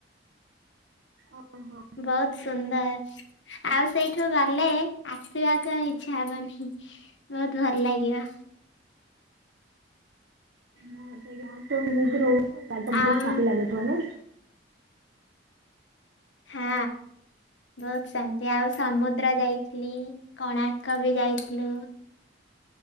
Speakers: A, on the right; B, on the left.
A: ଓହୋ।
B: ବହୁତ ସୁନ୍ଦର। ଆଉ ସେଇଠୁ ଗଲେ ଆସିବାକୁ ଆଉ ଇଚ୍ଛା ହବନି। ବହୁତ ଭଲ ଲାଗିବ।
A: ହଁ ସେଇଠି ହଁ ତ ରହୁ ବହୁତ
B: ଆଉ
A: ଶାନ୍ତି ଲାଗୁିବ ନାଇ
B: ହଁ ବହୁତ ଶାନ୍ତି ଆଉ ସମୁଦ୍ର ଯାଇଥିଲି। କୋଣାର୍କ ବି ଯାଇଥିଲୁ।